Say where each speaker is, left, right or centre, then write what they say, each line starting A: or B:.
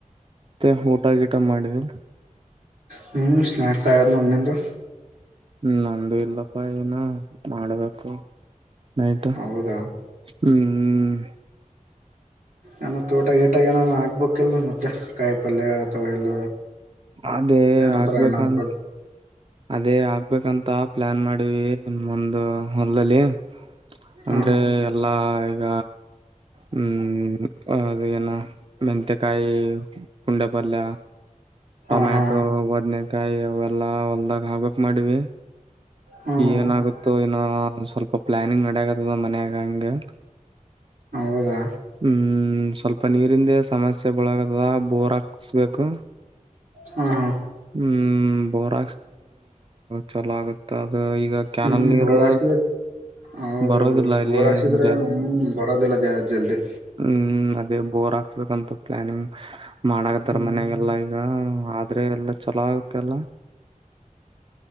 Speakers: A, on the right; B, on the right.
A: ಹ ಗಟ ಗಿಟ ಮಾಡಿದಿಲ್ಲ
B: ಹ ಸ್ನ್ಯಕ್ಸ್ ಆಯಾದ ನ್ಣದು
A: ನಂದು ಇಲ್ಲಪ್ಪಾ ಏನ ಮಾಡ್ಬೇಕು ನತಾ
B: ಹೌದಾ
A: ಹ್ಮ್ ಹ್ಮ್
B: ಏನ ತೋಟ ಗೀಟ ಏನಾನ ಆಗ್ಬೇಕಕ್ಲ್ ಮತ್ತೆ ಕಾಯಿ ಪಲ್ಯ ಅಥವಾ ಇಲ್ಲ
A: ಅದೇ
B: ಏನಂತರ
A: ಆಗ್ಬೇಕನ್
B: ಹಣ್ಣ ಹಂಪಲ್
A: ಅದೇ ಆಗ್ಬೇಕಂತ ಪ್ಲಾನ್ ಮಾಡಿವವಿ ಒಂದು ಹೊಲ್ಲ್ಲಿ
B: ಹಾ
A: ಅಂದ್ರೆ ಎಲ್ಲಾ ಈಗ ಹ್ಮ್ ಹ ಮೆಂತೆ ಕಾಯಿ ಪುಂಡ್ಯ ಪಡಲ್ಲ
B: ಹಾ
A: ಟೊಮ್ಯಾಟೊ
B: ಹಾ ಹಾ
A: ಒದ್ನೇ ಕಾಯಿ ಅವೆಲ್ಲಾ ಹೊಲ್ದಾಗ್ ಹಾಬೇಕಕ್ ಮಾಡವಿ
B: ಹ್ಮ
A: ಏನಾಗುತ್ತೋ ಇನ್ನ ಒ ಸ್ವಲ್ಪ ಪ್ಲಾನಿಂಗ್ ಅಡಗತದ ಮನ್ಯಾಗ ಹಂಗೆ
B: ಹೌದಾ
A: ಹ್ಮ್ ಸ್ವಲ್ಪ ಪ್ಪ ನೀರಿಂದ ಸಮಸ್ಯೆ ಬಳಗದ ಬೋರ್ ಹಾಕ್ಸ್ಬೇಕು
B: ಹಾ ಹಾ
A: ಹ್ಮ್ ಬರ ಚಲೋ ಆಗುತ್ತ ಅದು ಈಗ ಕ್ಯಾನಲ್
B: ಹ್ಮ್
A: ನೀರು
B: ಬೋರ್ ಹಾಕ್ಸಿದ್ರ ಹೌದೌದು
A: ಬರೋದಿಲ್ಲ ಇಲ್ಲಿ
B: ಬೋರ್ ಹಾಕ್ಸಿದ್ರೆ
A: ಜಾಸ್ತಿ
B: ಹ್ಮ ಬರೋದಿಲ್ಲ ಜಲ್ದಿ
A: ಹ್ಮ್ ಅದೇ ಬೋರ್ ಹಾಕ್ಸ್ಬೇಕಂತ ಪ್ಲಾನಿಂಗ್ ಮಾಡಕತ್ತಾ
B: ಹ್ಮ್
A: ಮನೆಗೆಲ್ಲ ಈಗ ಆದ್ರೆ ಎಲ್ಲ ಚಲೋ ಆಗತ್ತೆಲ್ಲ